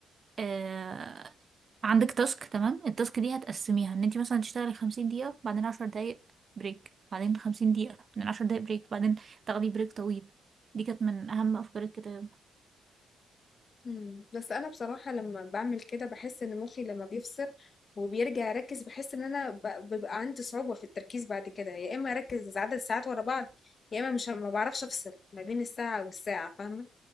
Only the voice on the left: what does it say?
إمم، بس أنا بصراحة لمّا باعمل كده باحس إن مُخّي لمّا بيفصل وبيرجع يركّز، باحس إن أنا ب بيبقى عندي صعوبة في التركيز بعد كده، يا إما أركّز عدد ساعات ورا بعض، يا إما مش ه ما باعرفش أفصل ما بين الساعة والساعة، فاهمة؟